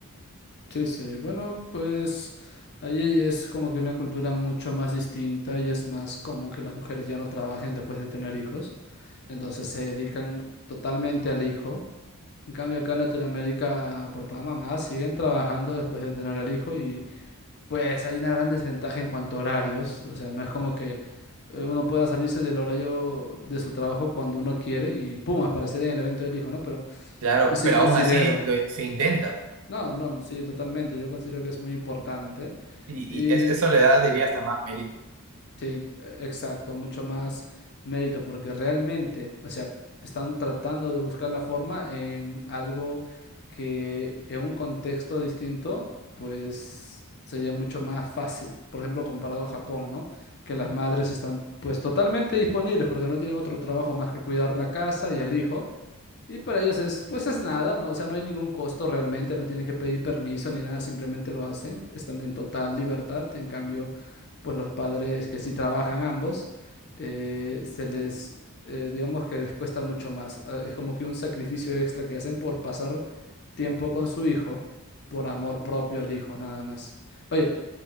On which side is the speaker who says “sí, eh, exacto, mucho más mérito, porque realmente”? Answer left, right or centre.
Left